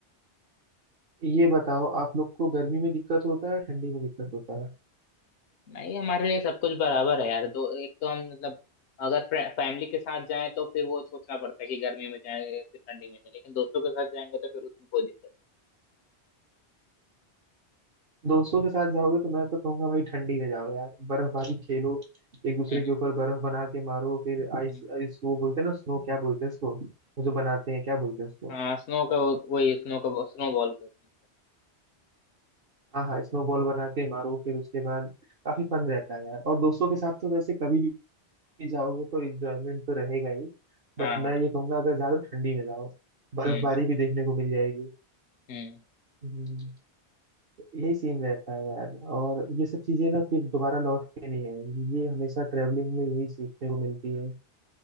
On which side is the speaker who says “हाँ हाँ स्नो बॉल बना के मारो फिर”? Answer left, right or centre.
Right